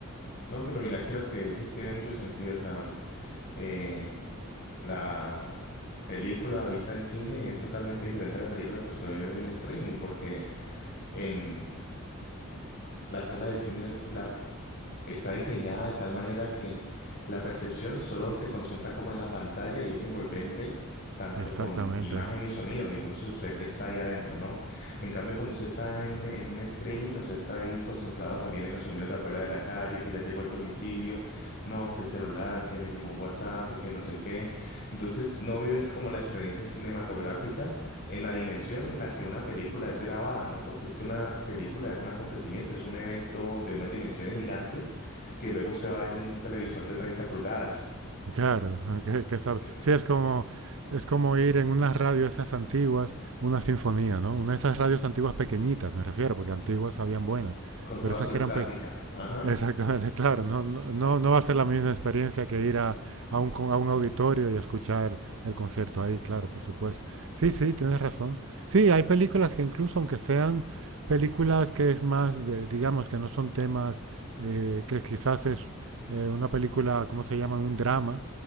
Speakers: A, on the left; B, on the right.
A: No, pero mira que lo que dices tiene mucho sentido. O sea, eh, la película vista en cine es totalmente diferente a la película que usted ve en streaming, porque en la sala de cine la está diseñada de tal manera que la percepción solo se concentra como en la pantalla y es envolvente tanto
B: Exactamente.
A: con imagen y sonido, y entonces usted está ahí adentro, ¿no? En cambio, cuando usted está en un, en un streaming, no se está ahí concentrado también en los sonidos de afuera de la calle, que ya llegó el domicilio, no, que el celular, que me llegó un WhatsApp, que no sé qué. Entonces, no vives como la experiencia cinematográfica en la dimensión en la que una película es grabada, ¿no? Porque es que una película es un acontecimiento, es un evento de unas dimensiones gigantes que luego usted va a ver un, un televisor de 30 pulgadas
B: Claro, ah, que, que sabe-
A: eh,
B: Sí, es como, es como ir en una radio esas antiguas, una sinfonía, ¿no? Una de esas radios antiguas pequeñitas, me refiero, porque antiguas habían buenas,
A: con toda
B: pero esas
A: su
B: que
A: estática.
B: eran pe-
A: Ajá.
B: Exactamente, <laughs> claro, no, no, no no va a ser la misma experiencia que ir a, a un, con- a un auditorio y escuchar el concierto ahí, claro, por supuesto. Sí, sí, tienes razón. Sí, hay películas que incluso, aunque sean películas que es más, de, digamos, que no son temas, eh, que quizás es eh, una película, ¿cómo se llama? Un drama,